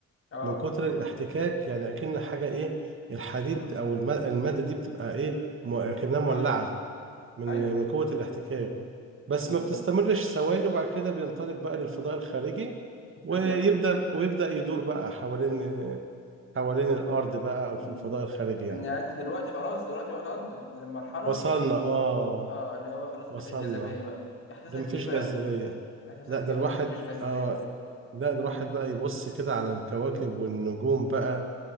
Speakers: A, on the left; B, on the right.
A: اه
B: من كتر الاحتكاك يعني اكن حاجه ايه الحديد
A: امم
B: او الم- الماده دي بتبقى ايه م- اكنها مولعه
A: اه
B: من
A: ايوه
B: من قوة الاحتكاك بس
A: امم
B: ما بتستمرش ثواني وبعد كده بينطلق بقى للفضاء الخارجي ويبدأ
A: ايوه
B: ويبدأ يدور بقى حوالين حوالين الأرض بقى أو
A: امم
B: في الفضاء الخارجي يعني
A: ان يعني انت دلوقتي خلاص دلوقتي وصلت للمرحله
B: وصلنا آه
A: اه اللي هو خلاص
B: وصلنا
A: انت مفيش جاذبيه بقى احساسك
B: ده مفيش
A: ايه بقى
B: جاذبية
A: احساسك
B: لا ده
A: ايه
B: الواحد
A: وانت مفيش جاذبيه
B: آه لا ده الواحد بقى يبص كده على الكواكب والنجوم بقى